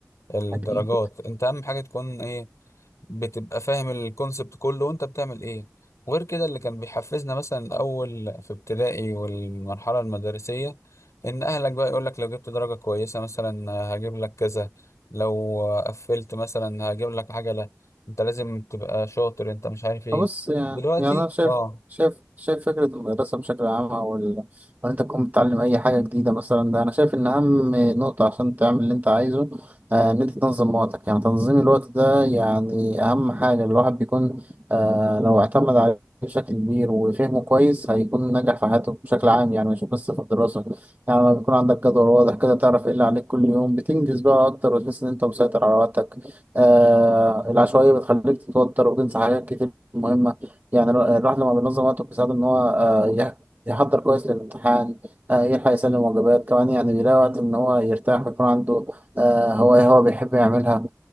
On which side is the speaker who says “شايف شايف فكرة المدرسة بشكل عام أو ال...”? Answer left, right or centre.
Right